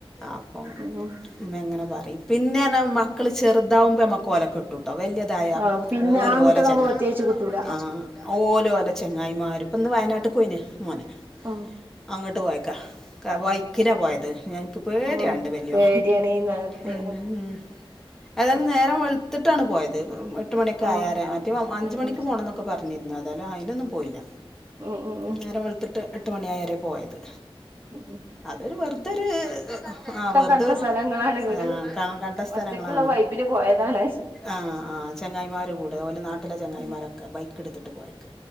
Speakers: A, in the centre; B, on the right (about 20°).
A: അപ്പം
B: ഉം
A: മ്മ ഇങ്ങനെ പറയും പിന്നെ അങ്ങനെ
B: ഉം
A: മക്കള് ചെറുതാവുമ്പോ നമ്മക്ക് ഓല കിട്ടൂട്ടോ വലിയതായാ
B: ആ പിന്നെ
A: ഓല്
B: ആൺകുട്ടികളാകുമ്പോ
A: ഓലെ ചങ്ങ
B: പ്രത്യേകിച്ച് കിട്ടൂല
A: ആഹ് ഓല് ഒലെ ചെങ്ങായിമാരും പ്പ ഇന്ന് വയനാട്ട് ക്ക് പോയിന് മോന്
B: ആഹ്
A: അങ്ങട്ട് പോയെക്കാ ബൈക്കിലാ പോയത് ഞ ഇൻക് പേടിയാണ്ട്
B: ഉം ഉം
A: വല്യോ
B: പേടിയാണ് ഈ നേരത്ത്
A: മ്മ്
B: ഉം
A: ഏതായാലും
B: ഉം
A: നേരം വെളുത്തിട്ടാണ് പോയത് എട്ട് മണിയൊക്കെ
B: ഉം
A: ആയരെ മറ്റെ അഞ്ച്
B: ഉം
A: മണി നോക്കെ പറഞ്ഞിരുന്നു അതാലു അയിനൊന്നും പോയില്ല
B: ഉം ഉം
A: നേരം വെൾത്തിട്ട് എട്ട് മണിആയരെ പോയത്
B: ഉം ഉം
A: അതൊരു വെറുതൊരു ആഹ് വെറുതരു
B: കണ്ട സ്ഥലങ്ങളാണ്
A: ആ
B: ഒരു
A: കണ്ട സ്ഥലങ്ങളാണ്
B: ഒറ്റക്കുള്ള വൈബിന് പോയതാണ്
A: ആഹ്ആഹ് ചെങ്ങായിമാര് കൂടെ ഓലെ നാട്ടിലെ ചെങ്ങായിമാര
B: ഉം
A: ബൈക്ക് എടുത്തിട്ട് പോയക്ക